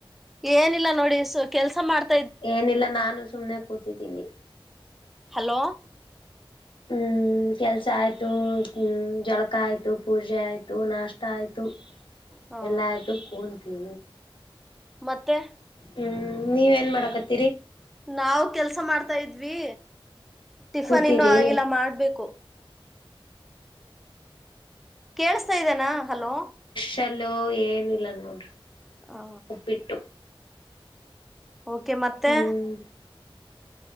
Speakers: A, in the centre; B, on the left (about 60°).
A: ಏನಿಲ್ಲ ನೋಡಿ ಕೆಲ್ಸ ಮಾಡ್ತ
B: ಏನಿಲ್ಲ ನಾನು ಸುಮ್ನೆ ಕೂತಿದ್ದೀನಿ
A: ಹಲೋ
B: ಹ್ಮ ಕೆಲಸ ಆಯ್ತು ಹ ಜಳಕ ಆಯ್ತು ಪೂಜೆ ಆಯ್ತು ನಾಷ್ಟ ಆಯ್ತು
A: ಹ
B: ಎಲ್ಲಟು ಕೂಲ್ತೀ
A: ಮತ್ತೆ
B: ಹ್ಮ್ ನೀವ ಏನ್ ಮಾಡಕತ್ತ
A: ನಾವ್ ಕೆಲ್ಸ ಮಾಡ್ತಾ ಇದ್ವಿ ಟಿಫನ್
B: ಕೂತೀರಿ
A: ಇನ್ನುೂ ಆಗಿಲ್ಲ ಮಾಡ್ಬೇಕು ಕೇೇಳಸ್ತಾ ಇದ್ದೇನಾ ಹಲೋ
B: ಚಲೋ ಏನಿಲ್ಲ ನೋಡ್ರಿ
A: ಹ
B: ಉಪ್ಪಿಟ್ಟು
A: ಓಕೆ ಮತ್ತೆ
B: ಹ್ಮ್